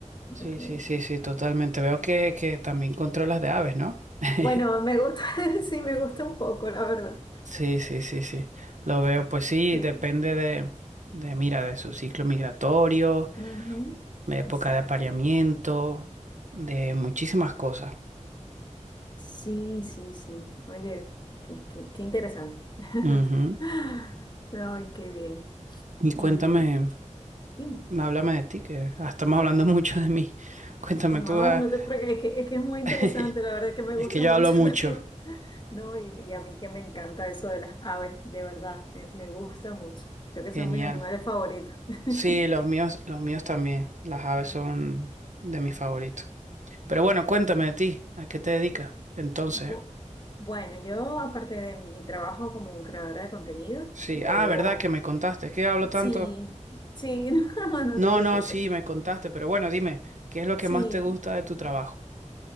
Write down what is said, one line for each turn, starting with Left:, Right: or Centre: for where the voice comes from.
Right: Sí,
Left: porque,
Right: sí, sí, sí, totalmente. Veo que, que también controlas de aves, ¿no? <laughs>
Left: bueno, me gusta, <laughs> sí, me gusta un poco, la verdad.
Right: Sí, sí, sí, sí. Lo veo, pues sí,
Left: Sí.
Right: depende de, de, mira, de su ciclo migratorio,
Left: Ujú,
Right: de época
Left: Exacto.
Right: de apareamiento, de muchísimas cosas.
Left: Sí, sí, sí. Oye, qué, qué- qué interesante. <laughs>
Right: Ujú.
Left: Ay, qué bien.
Right: Y
Left: Y,
Right: cuéntame,
Left: y-
Right: háblame de ti, que ah, estamos hablando <laughs> mucho de mí. Cuéntame
Left: no,
Right: tú, ah,
Left: no te preocupes, es que, es que es muy interesante,
Right: <laughs>
Left: la verdad que me
Right: es
Left: gusta
Right: que yo
Left: mucho
Right: hablo mucho.
Left: <laughs> también. No, y, y a mí que me encanta eso de las aves, de verdad, me, me gusta mucho. Creo que
Right: Genial.
Left: son mis animales favoritos. <laughs>
Right: Sí, los míos, los míos también. Las aves son de mis favoritos. Pero bueno, cuéntame de ti, ¿a qué te dedicas? Entonces,
Left: Bu- Bueno, yo aparte de mi trabajo como creadora de contenido,
Right: sí,
Left: yo
Right: ah, verdad que me contaste, ¿qué hablo tanto?
Left: sí, sí, <laughs> no, no
Right: No,
Left: te preocupes.
Right: no, sí, me contaste, pero bueno, dime, ¿qué es lo que
Left: Sí.
Right: más te gusta de tu trabajo?